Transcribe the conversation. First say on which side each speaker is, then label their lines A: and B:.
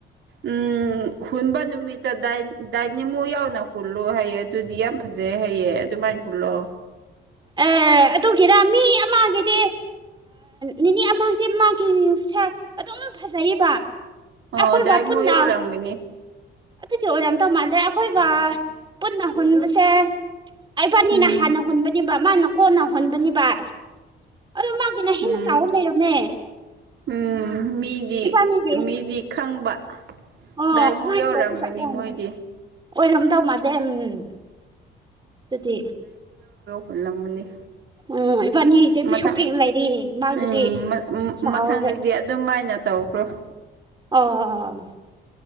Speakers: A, on the right (about 70°); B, on the right (about 20°).
A: ꯎꯝ ꯍꯨꯟꯕ ꯅꯨꯃꯤꯠꯇ ꯗꯥꯏꯅꯤꯡꯃꯣ ꯌꯥꯎꯅ ꯍꯨꯜꯂꯣ ꯍꯥꯏꯌꯦꯦ ꯑꯗꯨꯗꯤ ꯌꯥꯝ ꯐꯖꯩ ꯍꯥꯏꯑꯦ ꯑꯗꯨꯃꯥꯏꯅ ꯐꯂꯣ
B: ꯑꯦ ꯑꯗꯨꯒꯤꯔꯥ ꯃꯤ ꯑꯃꯒꯤꯗꯤ ꯅꯤꯅꯤ ꯑꯃ ꯏꯁ ꯃꯥꯒꯤꯁꯦ ꯑꯗꯨꯝ ꯐꯖꯩꯕ
A: ꯑꯣ
B: ꯑꯩꯈꯣꯏꯒ
A: ꯗꯥꯏꯃꯣ
B: ꯄꯨꯟꯅ
A: ꯌꯧꯔꯝꯒꯅꯤ
B: ꯑꯗꯨꯒꯤ ꯑꯣꯏꯔꯝꯇ ꯃꯥꯜꯂꯦ ꯑꯩꯈꯣꯏꯒ ꯄꯨꯟꯅ ꯍꯨꯟꯕꯁꯦ ꯑꯩꯕꯥꯅꯤꯅ
A: ꯎꯝ
B: ꯍꯥꯟꯅ ꯍꯨꯟꯕꯅꯤꯕ ꯃꯥꯅ ꯀꯣꯟꯅ ꯍꯨꯟꯕꯅꯤꯕ ꯑ ꯃꯥꯒꯤꯅ ꯍꯅ
A: ꯎꯝ
B: ꯁꯥꯎ ꯂꯩꯔꯝꯃꯦ
A: ꯎꯝ ꯃꯤꯗꯤ
B: ꯏꯕꯥꯅꯤꯒꯤ
A: ꯃꯤꯗꯤ ꯈꯪꯕ
B: ꯑꯣ
A: ꯗꯥꯏꯃꯣ
B: ꯀꯃꯥꯏꯅ
A: ꯌꯧꯔꯛꯑꯝꯒꯅꯤ
B: ꯇꯧꯕꯖꯥꯠꯂ
A: ꯃꯣꯏꯗꯤ
B: ꯑꯣꯏꯔꯝꯗꯧ ꯃꯥꯥꯟꯗꯦ ꯑꯗꯨꯗꯤ
A: ꯍꯜꯂꯝ ꯑꯃꯅꯤꯅꯤ
B: ꯎꯝ ꯏꯕꯥꯅꯤꯒꯤꯗꯤ
A: ꯃꯪ
B: ꯄꯤꯁꯨ ꯄꯤꯛꯅ ꯂꯩꯔꯤ ꯃꯥꯒꯤꯗꯤ
A: ꯎꯝ
B: ꯆꯥꯎꯔꯦ
A: ꯃꯊꯪꯗꯗꯤ ꯑꯗꯨꯝꯥꯏꯅ ꯍꯥꯏꯅ ꯇꯈ꯭ꯔꯣ
B: ꯑꯣ